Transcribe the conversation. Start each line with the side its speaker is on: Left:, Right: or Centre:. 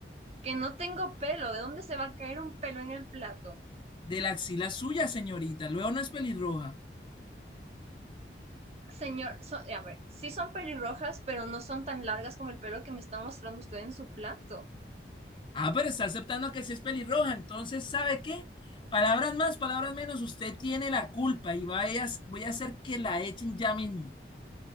Right: que no tengo pelo. ¿De dónde se va a caer un pelo en el plato?
Left: De la axila suya, señorita. Luego no es pelirroja.
Right: Señor, so- a ver, sí son pelirrojas, pero no son tan largas como el pelo que me está mostrando usted en su plato.
Left: Ah, pero está aceptando que sí es pelirroja. Entonces, ¿sabe qué? Palabras más, palabras menos. Usted tiene la culpa y vaya- voy a hacer que la echen ya mismo.